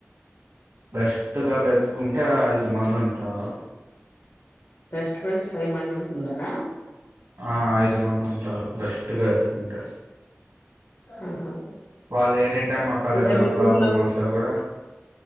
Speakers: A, on the right (about 80°); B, on the left (about 55°).
A: బెస్ట్గా పెట్టుకుంటే ఇ మందింటారా
B: బెస్ట్ ఫ్రెండ్స్ ఫైవ్ మంది ఉండార
A: ఆ ఆయిద్ మంది ఉంటారు బెస్ట్ గా ఎత్తుకుంటారు
B: ఆహా
A: వాళ్ళు ఎనీ టైం ఒకళ
B: ఇంకా
A: ఏదైనా
B: మీ
A: ప్రాబ్లం
B: ఊర్లో
A: వస్తే కూడా